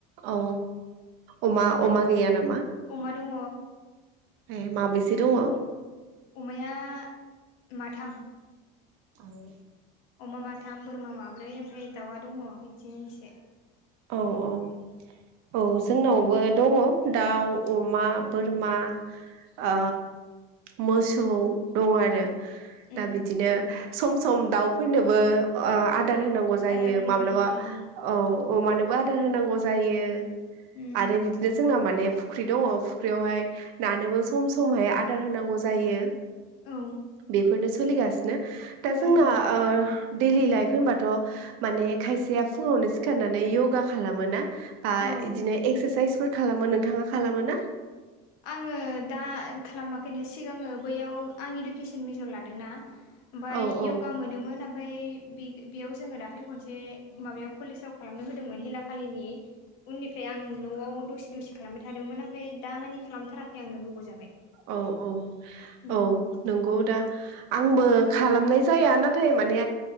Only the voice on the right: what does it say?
औ अमा अमा गैया नामा।
ए माबेसे
दङ औ
आरो।
औ औ औ जोंनावबो दङ दाउ अमा बोरमा। ओ मोसौ दङ आरो।
दा बिदिनो सम सम दाउफोरनोबो। आदार होनांगौ जायो
माब्लाबा
औ अमानोबो आदार होनांगौ जायो
आरो बिदिनो जोंना माने। फुख्रि दङ फुख्रियावहाय नानोबो सम समहाय आदार होनांगौ जायो।
बेफोरनो सोलिगासिनो दा जोंना
ओ दैडलि लाइफ होनबाथ माने खायसेया फुङावनो सिखारनानै य'गा खालामो ना। बा
बिदिनो एक्सारसाइसफोर खालामो नोंथाङा खालामो ना
औ औ
औ औ
औ नंगौ दा। आंबो खालामनाय जाया नाथाय माने